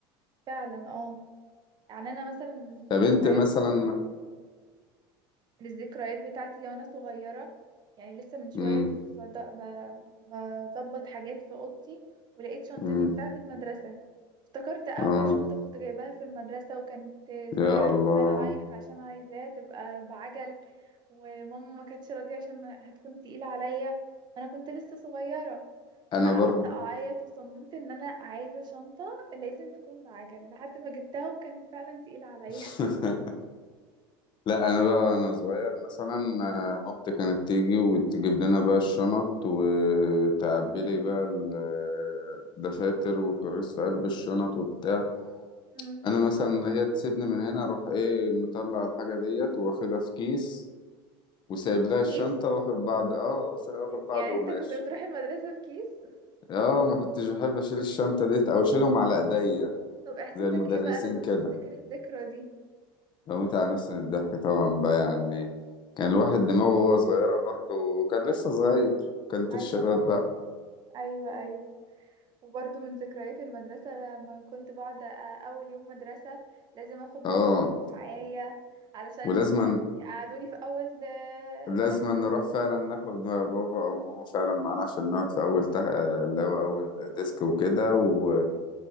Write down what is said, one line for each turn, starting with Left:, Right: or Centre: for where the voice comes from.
Right: فعلا اه يعني انا مثلا الذكريات
Left: طب انت مثلا
Right: للذكريات بتاعتي وانا صغيرة يعني لسه من شوية
Left: امم
Right: كنت بض- ب- بظبط حاجات في اوضتي ولقيت شنطتي
Left: امم
Right: بتاعت المدرسة افتكرت اول
Left: اه
Right: شنطة كنت جايباها في المدرسة وكانت زي
Left: يا
Right: عمالة
Left: الله
Right: اعيط عشان عايزاها تبقى بعجل وماما ما كانتش راضية عشان ما- هتكون تقيلة عليا وانا كنت لسه صغيرة وانا
Left: انا
Right: قعدت
Left: برضه
Right: اعيط وصممت ان انا عايزة شنطة لازم تكون بعجل لحد ما جبتها وكانت فعلا تقيلة عليا
Left: <laughs> لا انا بقى انا صغير مثلا آه، مامتي كانت تيجي وتجيب لنا بقى الشنط وتعبي لي بقى ال- الدفاتر والكراسي في قلب الشنط وبتاع
Right: مم.
Left: انا مثلا هي تسيبني من هنا اروح ايه مطلع الحاجه ديت واخدها في كيس وسايب لها
Right: الكيس
Left: الشنطه واخد بعض اه وسايب- واخد بعض
Right: يعني
Left: وماشي
Right: انت كنت بتروح المدرسة في كيس
Left: اه ما كنتش بحب اشيل الشنطه ديت او اشيلهم على ايديا
Right: طب احساسك
Left: زي المدرسين
Right: ايه بقى لما
Left: كده
Right: بتفتكر الذكرى دي
Left: بموت على نفسي من الضحك طبعا بقى يعني كان الواحد دماغه وهو صغيرة برضه وكان لسه صغير كانت
Right: ايوه
Left: الشباب
Right: طبعا
Left: بقى
Right: ايوه ايوه وبرضه من ذكريات المدرسة لما كنت بقعد أ- اول يوم مدرسة لازم اخد ماما
Left: اه
Right: وبابا معايا علشان
Left: ولازما
Right: يقعدوني في اول ده-
Left: لازما
Right: تختة
Left: نروح فعلا ناخد بابا او ماما فعلا معانا عشان نقعد في اول تح... اللي هو اول ديسك وكده و...